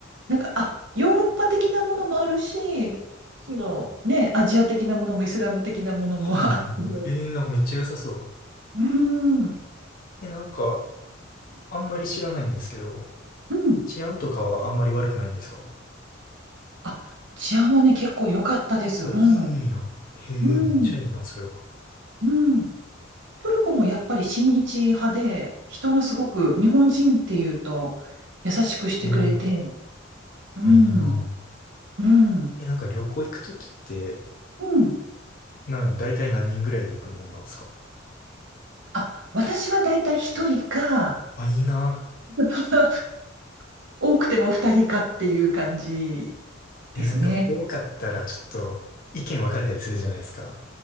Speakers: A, on the right; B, on the left.
A: なんか、あ、ヨーロッパ的なものもあるし、そのね、アジア的なものもイスラム的なものもあって、
B: はいはいはい。えー、なんかめっちゃ良さそう。
A: うん、うん、
B: え、なんか、あんまり知らないんですけど、
A: うん。
B: 治安とかはあんまり悪くないんですか
A: あ、治安はね、結構良かったです。
B: あ、
A: うん、
B: いいんや。へえ、
A: うん、
B: めっちゃいいな、それは。
A: うん。トルコもやっぱり親日派で、人がすごく日本人っていうと優しくしてくれて、
B: へえ。
A: うん。
B: あ、いいな。
A: うん。
B: え、なんか旅行行くときって、
A: うん。
B: なんか大体何人ぐらいで行くもんなんですか
A: あ、私はだいたい一人か、
B: あ、いいな。
A: <laughs> 多くても二人かっていう感じ
B: いや、
A: ですね。
B: なんか多かったらちょっと意見分かれたりするじゃないですか。